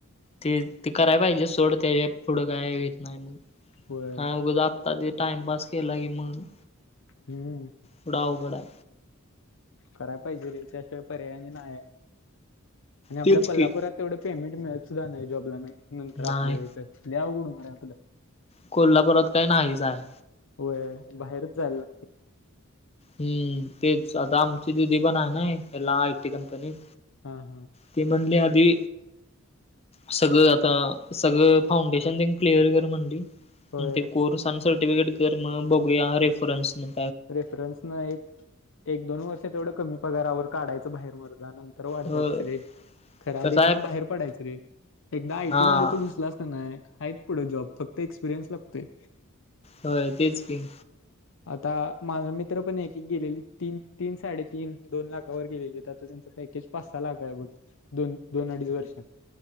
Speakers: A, on the left; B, on the left.
A: ते ते कराय पाहिजे सोड त्या पुढं काय येत नाही मग.
B: होय
A: हा उगंता ते टाइमपास केला की मग.
B: हम्म
A: पुढं अवघड आहे.
B: कराय पाहिजे त्याशिवाय नाही. आणि आपल्या
A: तेच
B: कोल्हापुरात
A: की.
B: तेवढं पेमेंट मिळत सुद्धा नाही जॉबला नंतर
A: नाही
B: आपल्या इथ. लय अवघड होणारे आपल.
A: कोल्हापुरात काय नाहीच आहे.
B: होय बाहेरच जायल्ला
A: हम्म तेच आता आमची दिदी पणाय ना एक हेला आयटी कंपनीत
B: आ हा.
A: ती म्हणली आधी सगळं आता सगळं फाउंडेशन तेन् क्लिअर कर म्हणली.
B: होय
A: ते कोर्स अन सर्टिफिकेट कर मग बघूया रेफरन्सनं.
B: रेफरन्स न एक, एक दोन वर्ष तेवढं कमी पगारावर काढायचं बाहेर मर्दा नंत् तर वाढत्याती
A: होय
B: सगळे. खरा आधी
A: कसं
B: हीतनं
A: आहे
B: बाहेर पडायचं रे एकदा आय.
A: हा
B: टी. मध्ये तू घुसलास का नाय हायत् पुढे जॉब फक्त एक्सपिरियन्स लागतोय.
A: होय तेच की.
B: आता माझा मित्र पण एक एक गेलेलीत तीन तीन साडेतीन दोन लाखावर गेलेलीत आता त्यांचं पॅकेज पाच सा लाख हाय बग, दोन-दोन अडीच वर्षात्.